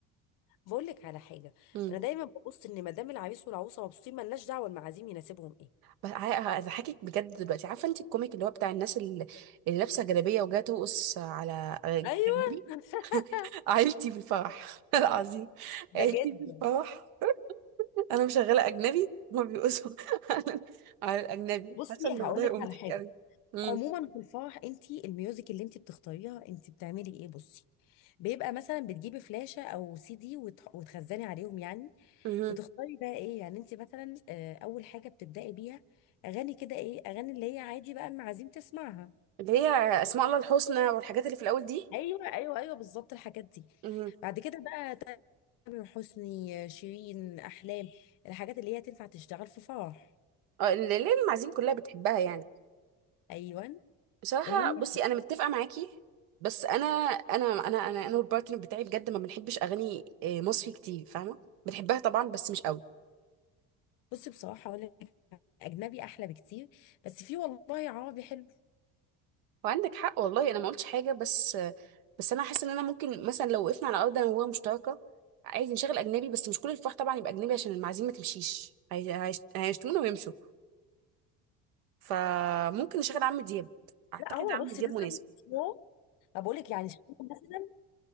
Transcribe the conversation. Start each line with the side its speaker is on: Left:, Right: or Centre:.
Left: بقول لك على حاجه
Right: امم
Left: انا دايما ببص ان مدام العريس والعروسه مبسوطين ملناش دعوه المعازيم يناسبهم ايه
Right: بس ه- هضحكك بجد دلوقتي عارفه انت الكوميك اللي هو بتاع الناس اللي اللي لابسه جلابيه وجايه ترقص على
Left: ايوه
Right: اجنبي
Left: <laughs>
Right: عيلتي في الفرح <laughs> العظيم عيلتي
Left: ده جدا
Right: في الفرح <laughs> انا مشغله اجنبي هما بيقصوا <laughs> على على الاجنبي
Left: بصي
Right: حاسه ان
Left: هقول
Right: الموضوع
Left: لك
Right: هيبقى مضحك
Left: على حاجه
Right: قوي امم
Left: عموما في الفرح انت الميوزك اللي انت بتختاريها انت بتعملي ايه بصي بيبقى مثلا بتجيبي فلاشة او سي دي وتح- وتخزني عليهم يعني
Right: امم
Left: بتختاري بقى ايه يعني انت مثلا آه، اول حاجة بتبدأي بيها اغاني كده ايه اغاني اللي هي عادي بقى المعازيم تسمعها
Right: اللي هي اسماء الله الحسنى والحاجات اللي في الاول دي
Left: ايوه ايوه ايوه بالظبط الحاجات دي
Right: امم
Left: بعد كده بقى تامر حسني آه، شيرين احلام الحاجات اللي هي تنفع تشتغل في فرح
Right: اه اللي اللي المعازيم كلها بتحبها يعني
Left: ايوه
Right: بصراحة
Left: المهم
Right: بصي أنا متفقة معاكي بس أنا أنا أنا أنا أنا والبارتنر بتاعي بجد ما بنحبش أغاني آه، مصري كتير فاهمة بنحبها طبعا بس مش قوي
Left: بصي بصراحة اقول لك اجنبي احلى بكتير بس في والله عربي حلو
Right: وعندك حق والله أنا ما قلتش حاجة بس آه، بس أنا حاسة إن أنا ممكن مثلا لو وقفنا على أرض أنا وهو مشتركة عادي نشغل أجنبي بس مش كل الفرح طبعا يبقى أجنبي عشان المعازيم ما تمشيش هي- هيشت- هيشتمونا ويمشوا فممكن نشغل عم دياب أعتقد
Left: لا هو
Right: عم
Left: بصي
Right: دياب
Left: مثلا
Right: مناسب
Left: هو بقول لك يعني شيرين مثلا